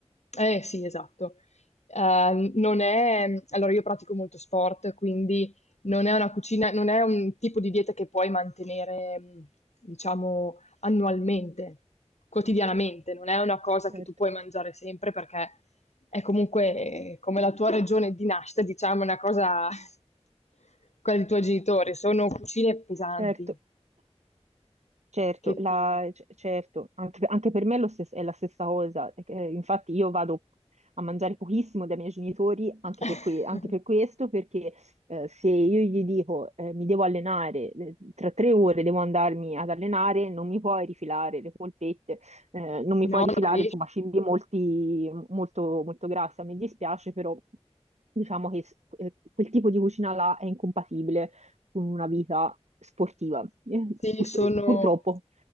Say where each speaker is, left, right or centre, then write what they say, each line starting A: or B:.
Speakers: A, on the left; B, on the right.
A: Eh sì, esatto. Ehm, non è allora io pratico molto sport, quindi non è una cucina non è un tipo di dieta che puoi mantenere, mhmm, diciamo annualmente, quotidianamente, non è una cosa
B: Certo,
A: che tu puoi mangiare sempre perché è comunque eh, come la tua regione di nascita, diciamo, è una cosa <laughs> quella dei tuoi genitori, sono cucine pesanti
B: certo. Certo,
A: che
B: la-
A: ti
B: c- certo, anche, anche per me è, lo stes- è la stessa cosa. Eh, infatti io vado a mangiare pochissimo dai miei genitori anche
A: <laughs>
B: per, que- anche per questo, perché eh, se io gli dico eh, mi devo allenare, eh, tra tre ore devo andarmi ad allenare, non mi puoi rifilare le polpette, eh, non mi
A: no,
B: puoi rifilare,
A: non ries
B: insomma, cibi molti, molto, molto grassi. Mi dispiace, però diciamo che s- eh, quel tipo di cucina là è incompatibile con una vita sportiva, Eh,
A: Sì,
B: purt-
A: sono
B: purtroppo.